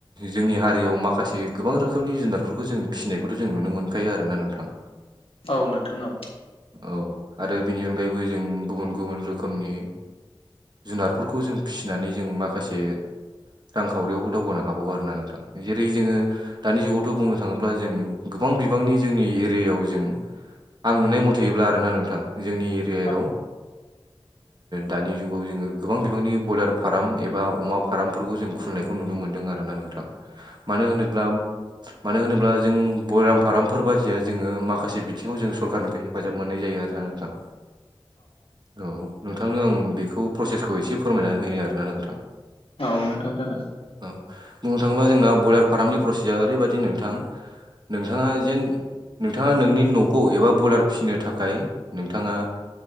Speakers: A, on the right; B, on the left.
A: जोंनि हारियाव माखासे गोबां रोखोमनि जुनारफोरखौ जों फिसिनायखौथ' जों नुनो मोनखायो आरोना नोंथां
B: औ नोंथां औ
A: औ आरो बेनि अनगायैबो जों गुबुन गुबुन रोखोमनि जुनारफोरखौ जों फिसिनानै जों माखासे रांखावरियावबो दावगानो हाबावो आरोना नोंथां जेरै जोङो दानि जुगावथ' बुंनो थाङोब्ला जों गोबां बिबांनि जोंनि एरियायाव जों आं नुनाय मथ थेयोब्ला आरोना नोंथां जोंनि एरियायाव
B: औ
A: ओ दानि जुगाव जोङो गोबां बिबांनि बयलार फार्म एबा अमा फार्मफोरखौ जों खुलिनायखौ नुनो मोन्दों आरोना नोंथां मानो होनोब्ला मानो होनोब्ला जों बयराम फारामफोर बायदिया जोङो माखासे बिथिङाव जों सरखारनिफ्राय हेफ फाजाब मोननाय जायो आरोना नोंथां औ नोंथांनो आं बेखौ प्रसेसखौ एसे फोरमायनानै होयो आरोना नोंथां
B: औ नोंथां जागोन
A: औ बुंनो थाङोब्ला जोंना ब्रयलार फार्मनि प्रसेसआ ओरैबायदि नोंथां नोंथाङा जेन नोंथाङा नोंनि न'खौ एबा बयलार फिनो थाखाय नोंथाङा